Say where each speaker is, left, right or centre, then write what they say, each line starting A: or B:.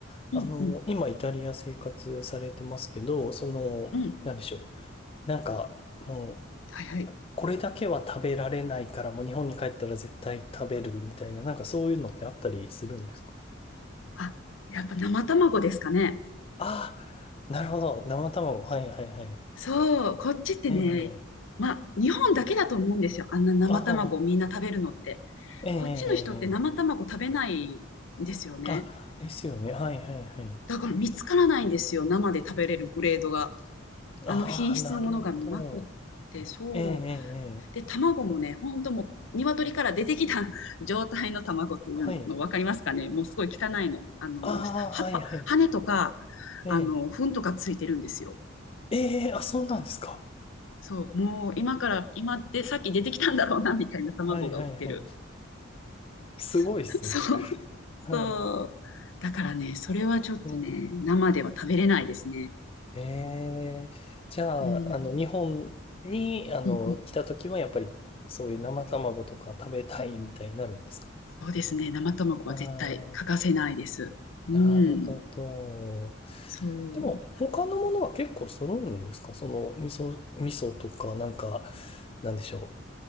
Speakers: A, on the left (about 30°); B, on the left (about 75°).
A: あの、
B: うんうん
A: 今イタリア生活されてますけど、その、
B: うん。
A: なんでしょう。なんか、も
B: はいはい。
A: う、これだけは食べられないから、もう日本に帰ったら絶対食べるみたいな、なんかそういうのってあったりするんですか
B: あ、やっぱ生卵ですかね。
A: ああー、なるほど。生卵。はいはいはい。
B: そう、こっちってね、
A: ええ
B: まあ、日本だけだと思うんですよ。あんな生卵をみんな食べるのって。
A: ああー、えええ
B: こっちの人って生卵食べないんですよね。
A: えええあ、ですよね。はいはいはい。
B: だから見つからないんですよ。生で食べれるグレードが。
A: ああ、
B: あの品質のものがなくって、
A: なるほど。
B: そう。
A: ええええええ
B: で、卵もね、ほんともう、鶏から出てきた <laughs> 状態の卵っていうの分かりますかねもうすごい汚いの。
A: はい。
B: あの、
A: ああ、
B: 葉っぱ、
A: はいはい。
B: 羽とか、
A: ええ
B: あの、糞とかついてるんですよ。
A: ええあ、そうなんですか。
B: そう、もう今から、今で、さっき出てきたんだろうな、みたいな卵が売ってる。
A: はいはいはい。すごいっすね。
B: <laughs> そう、
A: <laughs>
B: そう。
A: は
B: だからね、それはちょっとね、
A: い。うん。
B: 生では食べれないですね。
A: ええじゃあ、
B: うん、
A: あの、日本に、あの、
B: うん、うん。
A: 来た時は、やっぱり、そういう生卵とか食べたいみたいになるんですか
B: そうですね、生卵は絶対欠かせないです。
A: ああ
B: うん、
A: なるほど。
B: そう。
A: でも、他のものは結構揃うんですかその、味噌、味噌とか、なんか、なんでしょ